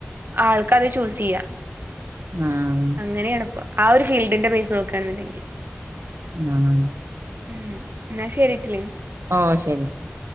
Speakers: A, on the right; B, on the right.
A: ആൾക്കത് ചൂസ് ചെയ്യാം
B: ആഹ്
A: അങ്ങനെയാണി പ്പം. ആ ഒരു ഫീൽഡിന്റെ ബേസ് നോക്കാണെന്ന്ണ്ടങ്കി
B: ആഹ്.
A: ഉം എന്നാ ശെരിട്ടിലി.
B: ഓഹ് ശെരി ശെരി.